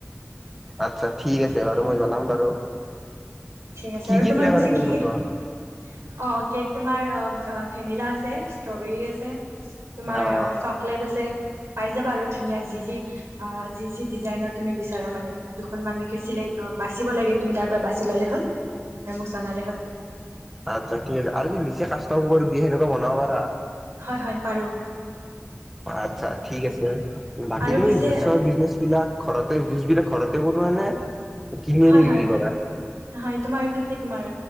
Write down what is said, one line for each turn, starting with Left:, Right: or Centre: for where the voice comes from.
Centre: আচ্ছা ঠিক আছে বাৰু মই জনাম বাৰু
Right: ঠিক আছে
Centre: কি
Right: আৰু
Centre: কি
Right: তোমাৰ
Centre: ফ্লেভাৰ
Right: পিছে
Centre: আছে
Right: কি
Centre: এইটো
Right: অ',
Centre: কোৱা?
Right: কেক তোমাৰ ভেনিলা আছে ষ্ট্ৰবেৰী আছে তোমাৰ
Centre: অ',
Right: চকলেট আছে। পাই যাবা আৰু ধুনীয়া যি যি অ', যি যি ডিজাইনৰ তুমি বিচাৰা মানে দুখন মানকে চিলাই অ' বাচিব লাগে তুমি তাৰ পৰা বাচি ললে হ'ল। আৰু মোক জনালে হ'ল
Centre: আচ্ছা ঠিক আছে আৰু কি নিজে কাচ <unintelligible> সেনেকুৱা বনাব পাৰা?
Right: হয়-হয় পাৰো।
Centre: আচ্ছা ঠিক আছে। বাকী
Right: আৰু
Centre: তুমি
Right: পিছে
Centre: জুচৰ বিজনেচ বিলাক ঘৰতে যুজ বিলাক ঘৰতে বনোৱা নে কিনি
Right: হয়
Centre: আনি বিক্ৰী
Right: হয়
Centre: কৰা।
Right: হয় তোমাৰ এইটো সেই তোমাৰ